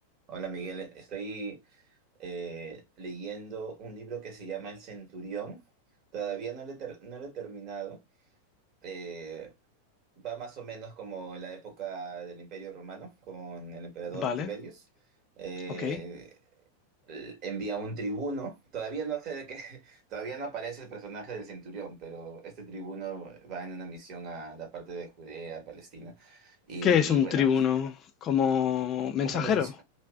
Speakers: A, on the right; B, on the left.
A: Hola Miguel, estoy eh, leyendo un libro que se llama El Centurión. Todavía no lo he, ter- no lo he terminado. Eh, va más o menos como en la época del Imperio Romano con el emperador
B: Vale,
A: Tiberius. Eh,
B: ok.
A: el- envía un tribuno. Todavía no sé de qué, <laughs> todavía no aparece el personaje del Centurión, pero este tribuno va en una misión a la parte de Judea, Palestina. Y
B: ¿Qué es un
A: bueno,
B: tribuno? ¿Como mensajero?
A: como un ofici-